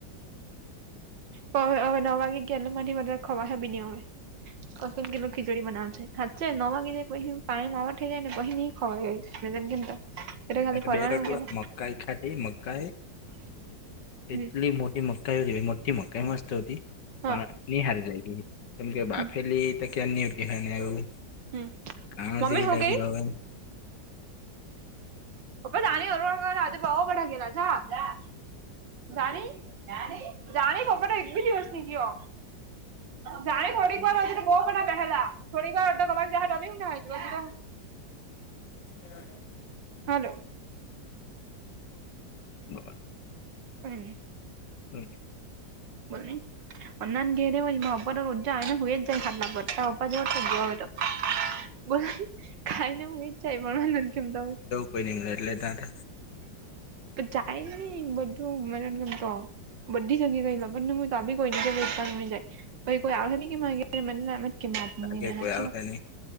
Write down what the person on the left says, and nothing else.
એટલે
બે રોટલા
મકાઈ ખાધ મકાઈ એટલી
મોટી. એ મકાઈ મકાઈ મસ્ત હતી. પણ
નહી હારી લાગી કેમ કે બાફેલી
તો ક્યાં નહી ઉઠ એવું.
કાણ
જેવી
લાગ્યા
હવેને.
હ.
બરાબર
હ.
પઈલીની એટલે.
લાગે
કોઈ
આવશે
નહી